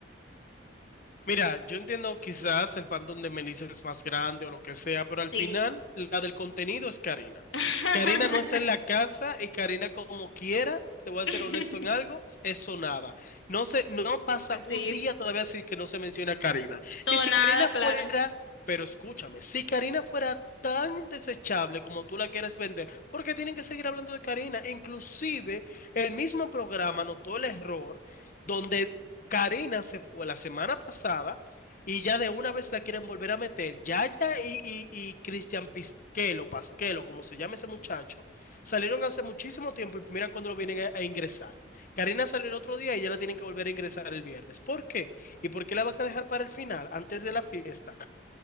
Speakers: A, on the left; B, on the left.
A: Mira, yo entiendo quizás el fandom de Melissa es más grande o lo que sea, pero
B: Sí.
A: al final la del contenido es Karina.
B: <laughs>
A: Karina no está en la casa y Karina como quiera, te voy a
B: <laughs>
A: ser honesto en algo, es sonada. No se, no pasa un
B: Sí,
A: día todavía así que no se menciona a Karina.
B: sonada,
A: Y si Karina
B: claro.
A: fuera, pero escúchame, si Karina fuera tan desechable como tú la quieres vender, ¿por qué tienen que seguir hablando de Karina? Inclusive el mismo programa notó el error donde Karina se fue la semana pasada y ya de una vez la quieren volver a meter. Yaya y, y, y Cristian Pisquelo, Pasquelo, como se llama ese muchacho, salieron hace muchísimo tiempo y mira cuando lo vienen a, a ingresar. Karina salió el otro día y ya la tienen que volver a ingresar el viernes. ¿Por qué? ¿Y por qué la van a dejar para el final, antes de la fiesta?